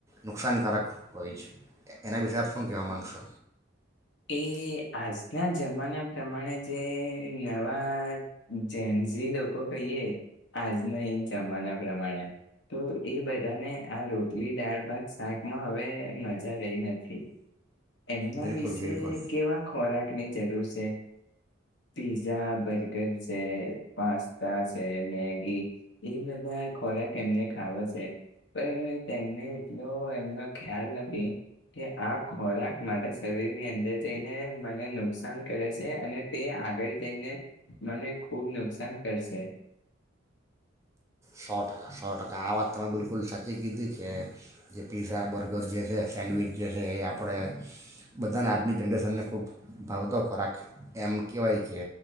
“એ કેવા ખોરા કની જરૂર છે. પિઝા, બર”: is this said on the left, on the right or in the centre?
Left